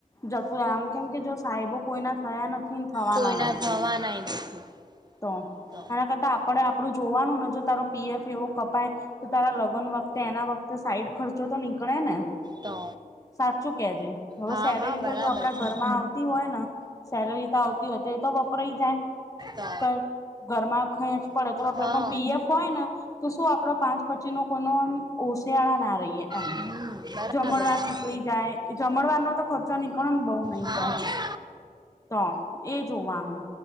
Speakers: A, on the left; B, on the right.
A: જતું આમ કેમ કે જો સાહેબો કોઈના થયા નથી ને થવાના
B: કોઈના
A: નથી
B: થવાનાય નથી
A: તો
B: તો
A: એના કરતા પડે આપણું જોવાનું ને જો તારો પીએફ એવો કપાય તો તારા લગ્ન વખતે એના વખતે સાઈડ ખર્ચો તો નીકળે ને
B: તો
A: સાચું કેજે હવે
B: હા
A: સેલેરી
B: હા બરાબર
A: તો જો આપડા
B: છે
A: ઘરમાં આવતી હોય ને સેલરી તો આવતી હોય તો એ તો વપરાય જાય
B: તો
A: ઘર ઘરમાં ખેંચ પડે તો આપણે
B: હા
A: પણ પીએફ હોય ને તો શું આપડો પાંચ પછી નો કોઈનો આમ ઓશિયાળા ના રહીએ એમ
B: હમ બરાબર
A: જમણવાર
B: છે
A: નીકળી જાય જમણવાર નો તો ખર્ચો નીકળી કરન બઉ નહી
B: હા
A: તો તો એ જોવાનું